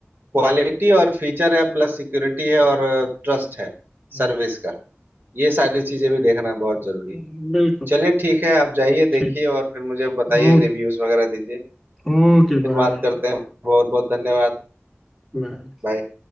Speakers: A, on the right (about 50°); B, in the centre.
A: क्वालिटी और फीचर है प्लस सिक्योरिटी है और ट्रस्ट
B: हम्म,
A: है
B: हम्म,
A: सर्विस का ये सारी चीजें भी देखना बहुत जरूरी है
B: हम्म। है बिल्कुल
A: चलिए ठीक है आप जाइए
B: ठीक
A: देखिए और फिर मुझे बताइए
B: ओ,
A: रिव्यूज वगैरह दीजिए
B: ओके
A: फिर
B: बाय
A: बात करते हैं बहुत बहुत धन्यवाद
B: बाय
A: बाय